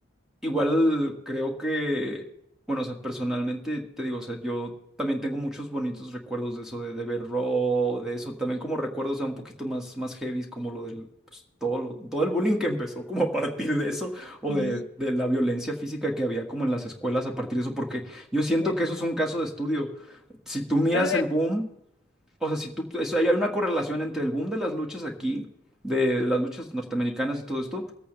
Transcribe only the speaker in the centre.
Igual creo que, bueno, o sea, personalmente te digo, o sea, yo también tengo muchos bonitos recuerdos de eso, de, de ver Raw, de eso, también como recuerdos, o sea, un poquito más, más heavy, como lo del, pues, todo lo, todo el bullying que empezó como a partir de eso, o
de, de la violencia física que había como en las escuelas a partir de eso, porque yo siento
que eso es un caso de estudio. Si tú miras
el boom, o sea, si tú, eso- hay una correlación entre el boom de las luchas aquí, de las luchas norteamericanas y todo esto